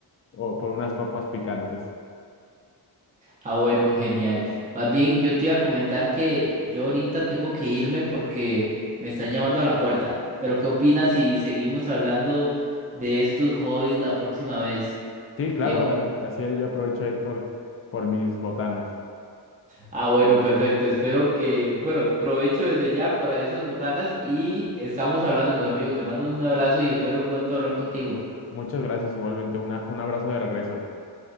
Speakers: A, on the left; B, on the right.
A: o por unas papas picantes.
B: Ah, bueno, genial. Más bien, yo te iba a comentar que yo ahorita tengo que irme porque me están llamando a la puerta. Pero, ¿qué opinas si seguimos hablando de estos hobbies la próxima vez,
A: Sí, claro,
B: Diego?
A: a- así yo aprovecho a ir por, por mis botanas.
B: Ah, bueno, perfecto. Espero que, bueno, provecho desde ya para esas botanas y estamos hablándonos, amigos. Te mando un abrazo y espero pronto hablar contigo.
A: Muchas gracias, igualmente. Una, un abrazo de regreso.